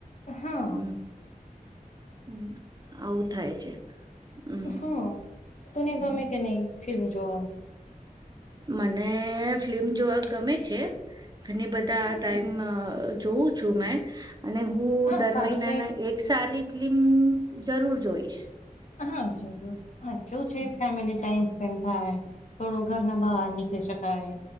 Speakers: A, on the left; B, on the right.
A: હા
B: હમ્મ. હમ્મ આવું થાય છે હમ્મ
A: હા તને ગમે
B: હમ્મ.
A: કે નહી ફિલ્મ જોવા
B: મને ફિલ્મ જોવા ગમે છે. ઘણી બધા
A: હમ,
B: ટાઈમ અ જોઉં છું મેં અને હું
A: હા
B: દર
A: સારું
B: મહિનાના
A: છે
B: એક સારી ફિલ્મ જરૂર જોઈશ.
A: હા જરૂર હા કેવું
B: હમ
A: છે ફેમિલી ટાઈમ સ્પેન્ડ થાય થોડું ઘરના બહાર નીકળી શકાય